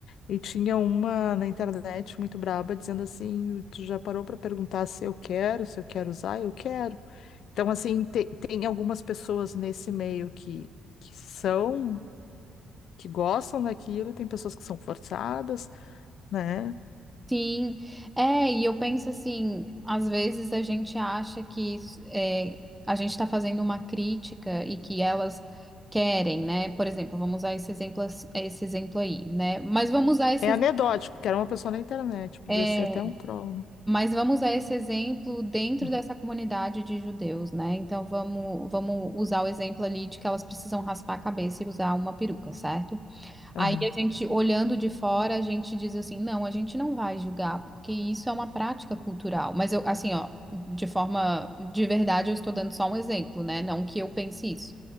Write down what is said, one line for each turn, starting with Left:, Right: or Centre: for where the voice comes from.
Left: e tinha uma na internet muito braba dizendo assim: tu já parou para perguntar se eu quero, se eu quero usar? Eu quero. Então, assim, te- tem algumas pessoas nesse meio que, que são, que gostam daquilo, e tem pessoas que são forçadas, né?
Centre: Sim, é, e eu penso assim, às vezes a gente acha que é, a gente está fazendo uma crítica e que elas querem, né? Por exemplo, vamos usar esse exemplo, ass- esse exemplo aí, né? Mas vamos usar esse,
Left: É anedótico, porque era uma pessoa na internet, podia
Centre: é,
Left: ser até um troll, né?
Centre: mas vamos usar esse exemplo dentro
Left: Uhum,
Centre: dessa comunidade de judeus, né? Então vamos, vamos usar o exemplo ali de que elas precisam raspar a cabeça e usar uma peruca, certo?
Left: aham,
Centre: Aí a gente, olhando de fora, a gente diz assim, não, a gente não vai julgar, porque isso é uma prática cultural. Mas eu, assim, ó, de forma, de verdade, eu estou dando só um exemplo, né? Não que eu pense isso.